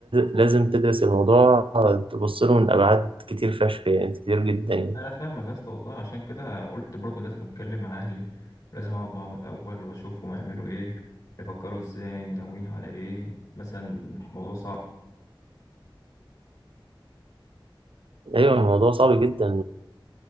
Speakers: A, on the right; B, on the left.
A: لازم تدرس الموضوع تبص له من أبعاد كتير فشخ يعني كتير جدا يعني
B: انا فاهمك يا اسطى والله عشان كده قلت برضو لازم اتكلم مع اهلي ولازم اقعد معاهم الاول واشوفهم هيعملوا ايه هيفكروا ازاي ناويين على ايه مثلا الموضوع صعب
A: أيوة الموضوع صعب جدا